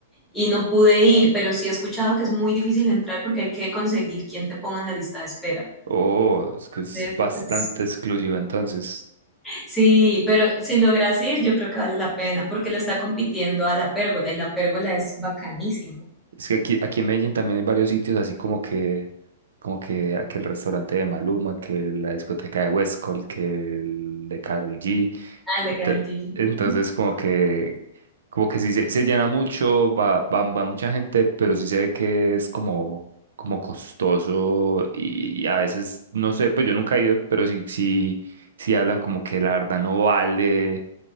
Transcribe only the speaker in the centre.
y no pude ir, pero sí he escuchado que es muy difícil entrar porque hay que conseguir quien te ponga en la lista de espera.
Entonces,
pues
Sí, pero si logras ir, yo creo que vale la pena, porque lo está compitiendo a la pérgola y la pérgola es bacanísimo.
Ah, el de
Karol G.
Ujú,